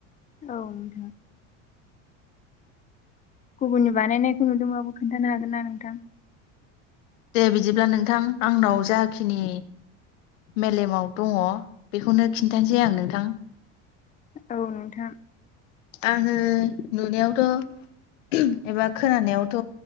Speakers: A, on the left; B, on the left.
A: औ नोंथां गुबुननि बानायनायखौ नुदोंबाबो खोनन्थानो हागोन ना नोंथां
B: दे बिदिब्ला नोंथां आंनाव जाखिनि मेलेमाव दङ बेखौनो खिन्थानोसै आं नोंथां
A: औ नोंथां
B: आङो नुनायावथ' एबा खोनानायावथ'